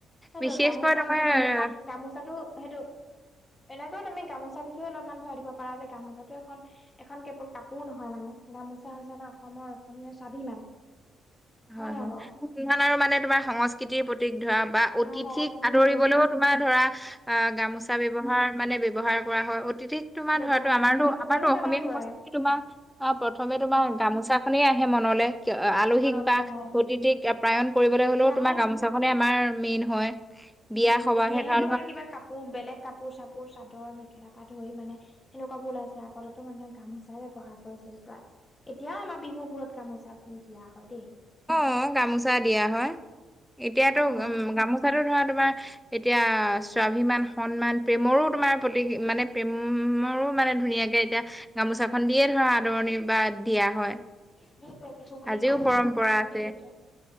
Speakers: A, on the left; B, in the centre.
A: সেইটো
B: বিশেষকৈ
A: গামোচা
B: তোমাৰ হয়
A: গামোচাটো সেইটো। এনেকৈও তুমি গামোচা বিষয়ে অলপমান ভৰাই দিব পাৰা যে গামোচাটো এখন এখন কেৱল কাপোৰ নহয় মানে গামোচা হৈছে আমাৰ অসমৰ অসমীয়াৰ স্বাভিমান।
B: হয়
A: নাই
B: হয়
A: বাৰু
B: ইমান আৰু মানে তোমাৰ সংস্কৃতিৰ প্ৰতিতক ধৰা বা। অতিথিক
A: অ সংস্কৃতিৰ
B: আদৰিবলৈও
A: প্ৰতীক
B: তোমাৰ ধৰা অ গামোচা ব্যৱহাৰ মানে ব্যৱহাৰ কৰা হয়। অতিথি তোমাৰ ধৰা
A: ব্যৱহাৰ
B: তো আমাৰতো
A: সেইটো পুৰণি
B: আমাৰতটো অসমীয়া
A: কালৰ পৰাই
B: সংস্কৃতি তোমাৰ অ প্ৰথমে
A: উম
B: তোমাৰ গামোচা। নে আহে মনলৈ আলহীক
A: মনলৈ
B: বা
A: আহে
B: অতিথিক প্ৰায়ন কৰিবলৈ
A: এতিয়াহে
B: হলেও তোমাৰ গামোচা গামোচা খনে আমাৰ মেইন হয়। বিয়া
A: উম
B: সবাহে
A: এতিয়াহে
B: ধৰা
A: তোমাৰ কিবা কাপোৰ বেলেগ কাপোৰ চাপোৰ চাদৰ মেখেলা পাত ধৰি মানে সেনেকুৱাবোৰ ওলাইছে আগতেো মানুহে গামোচাই ব্যৱহাৰ কৰিছিল প্ৰায় এতিয়াও আমাৰ বিহু বোৰত গামোচা দিয়া হয়। দেই
B: অঁ গামোচা দিয়া হয় এতিয়াতো
A: অ
B: গামোচাটো ধৰা তোমাৰ এতিয়া স্বাভিমান সন্মান প্ৰেমৰো তোমাৰ প্ৰতিক মানে প্ৰেমৰো মানে ধুনীয়াকে এতিয়া গামোচাখন দিয়ে ধৰা আদৰণি বা দিয়া হয়
A: সেইটোৱে বিহু বুলি
B: আজিও
A: কলে
B: পৰম্পৰা
A: গামোচাখনে
B: আছে
A: দিয়া হয়